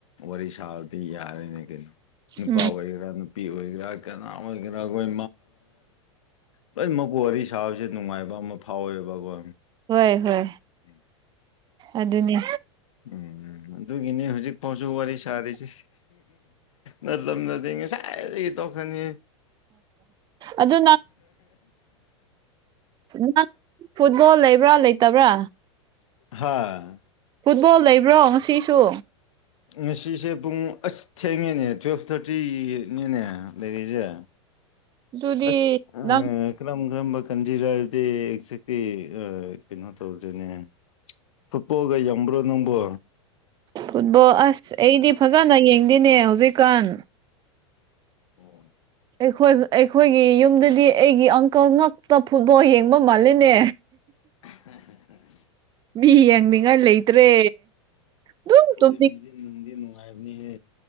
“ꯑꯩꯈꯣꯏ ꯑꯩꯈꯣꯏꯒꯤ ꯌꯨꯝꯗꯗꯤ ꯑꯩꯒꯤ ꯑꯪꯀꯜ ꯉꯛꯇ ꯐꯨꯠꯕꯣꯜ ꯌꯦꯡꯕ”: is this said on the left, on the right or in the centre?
Right